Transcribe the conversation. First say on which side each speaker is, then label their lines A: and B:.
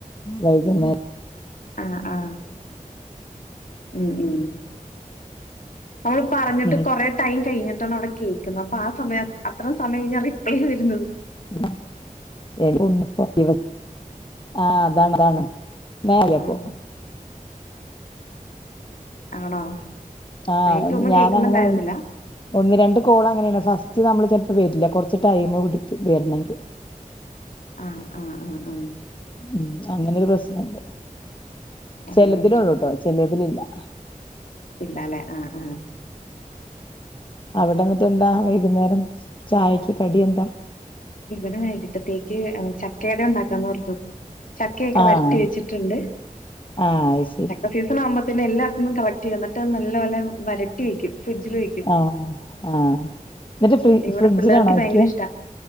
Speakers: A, on the left; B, on the left.
A: വൈകുന്നേരം
B: ആ ആ ഉ ഉം നമ്മള് പറഞ്ഞിട്ട്
A: ഉം
B: കൊറെ ടൈം കഴിഞ്ഞിട്ടാണ് അവിടെ കേക്കുന്നത് അപ്പൊ ആ സമയം അത്ര സമയം കഴിഞ്ഞാ ഇപ്പോഴേ വരുന്നത്
A: <unintelligible> ആ അതാണ് അതാണ് നേരെപ്പോ
B: ആഹ് ആണോ
A: ആ
B: എനിക്കൊന്നും
A: ഞാന
B: കേൾക്കുന്നുണ്ടായിരുന്നില്ല
A: അങ്ങനെ ഒന്ന് രണ്ട് കോള അങ്ങനെയാണ് ഫസ്റ്റ് നമ്മള് ചിലപ്പോ വരില്ല കൊറച്ച ടൈം പിടിക്കും വരണെങ്കിൽ
B: ആ ആ ആ ആ
A: ഉം അങ്ങനെരു പ്രശ്നുണ്ട്
B: അങ്ങനെ
A: ചിലതിലുള്ളുട്ടോ ചെലതിലില്ല ആ
B: ഇല്ലല്ലേ ആഹ ആ
A: അവിടെന്നിട്ട് എന്താ വൈകുന്നേരം ചായക്ക് കടി എന്താ
B: ഇവിട വൈകിട്ടത്തേക്ക് ചക്കേട ഉണ്ടാക്കാന്ന്ർത്തു ചക്കയൊക്കെ
A: ആഹ്
B: വരട്ടി വെച്ചിട്ടുണ്ട്
A: ആഹ് അയ്ശരി
B: ചക്ക സീസൺ ആകുമ്പോ പിന്നെ എല്ലായിടത്തുംന്നും കളക്ട് ചെയ്യും എന്നിട്ട് നല്ല പോലെവരട്ടി വെക്കും ഫ്രിഡ്ജില് വക്കും
A: ആഹ് ആഹ് എന്നിട്ട് ഫ്രി
B: ഇവിടെ
A: ഫ്രിഡ്ജിലാണോ
B: പിള്ളേർക്ക് ഭയങ്കര
A: വെക്ക
B: ഇഷ്ടാ